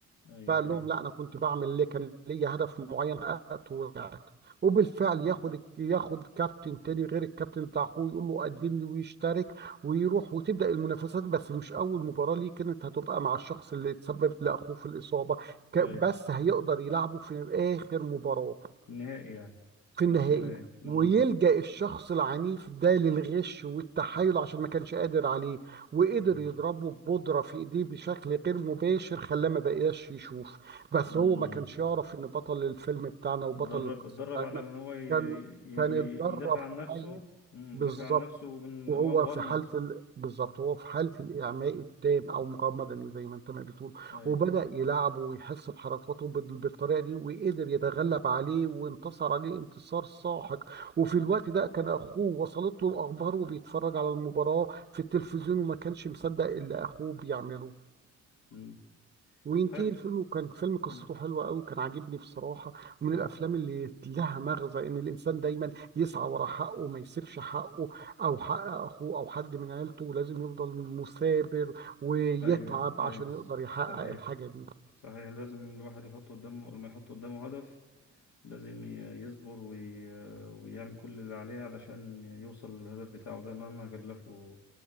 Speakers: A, on the left; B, on the right.
A: ايوه
B: فقال
A: ايوه
B: لهم لا انا كنت بعمل ليه كان ليا هدف معين حققته ورجعت وبالفعل ياخد ياخد كابتن تاني غير الكابتن بتاع اخوه يقول له قدم لي ويشترك ويروح وتبدأ المنافسات بس مش اول مباراة ليه كانت هتبقى مع الشخص اللي تسبب لاخوه في الإصابة ك- بس
A: ايوه
B: هيقدر يلعبه في اخر مباراة
A: في النهائي يعني
B: في النهائي
A: ماتش النهائي مم.
B: ويلجأ الشخص العنيف ده للغش والتحايل عشان ما كانش قادر عليه وقدر
A: مم.
B: يضربه ببودرة في ايديه بشكل غير مباشر خلاه ما بقاش يشوف بس
A: مم.
B: هو ما كانش يعرف ان بطل الفيلم بتاعنا وبطل
A: اتدرب
B: القصة
A: اتدرب
B: بتاعتنا
A: على ان هو ي... ي...
B: كان
A: ي-
B: كان اتدرب
A: يدافع
B: كويس
A: عن نفسه مم.
B: بالظبط
A: يدافع عن نفسه من
B: وهو
A: هو مغمض
B: في حالة ال... بالظبط هو في حالة الإعماء التام أو مقاومة مدنية زي ما أنت ما بتقول
A: ايوه
B: وبدأ يلعبه ويحس بحركاته بال- بالطريقة دي وقدر يتغلب عليه وانتصر عليه انتصار ساحق وفي الوقت ده كان أخوه وصلت له الأخبار وبيتفرج على المباراة في التلفزيون وما كانش مصدق اللي أخوه بيعمله
A: مم.
B: وينتهي
A: حلو
B: الفيلم وكان فيلم قصته
A: مم.
B: حلوة أوي كان عاجبني بصراحة ومن
A: موافق.
B: الأفلام اللي لها مغزى إن الإنسان دايما يسعى ورا حقه ما يسيبش حقه أو حق أخوه أو حد من عيلته لازم يفضل مثابر ويتعب
A: ايوه ايوه
B: عشان يقدر يحقق
A: صحيح
B: الحاجة دي
A: صحيح لازم الواحد يحط قدامه لما يحط قدامه هدف لازم ي- يصبر وي... ويعمل كل اللي عليه علشان يوصل للهدف بتاعه ده مهما كلفه